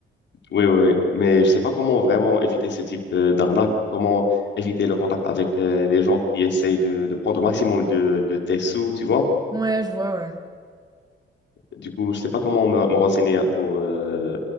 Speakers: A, on the left (about 65°); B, on the right (about 20°).
A: Oui, oui, oui. Mais je ne sais pas comment vraiment éviter ce type euh, d'arnaque. Comment éviter le contact avec euh, les gens qui essayent de, de prendre au maximum de, de tes sous, tu vois.
B: Ouais, je vois, ouais.
A: Du coup, je ne sais pas comment me, me renseigner hein, pour, euh,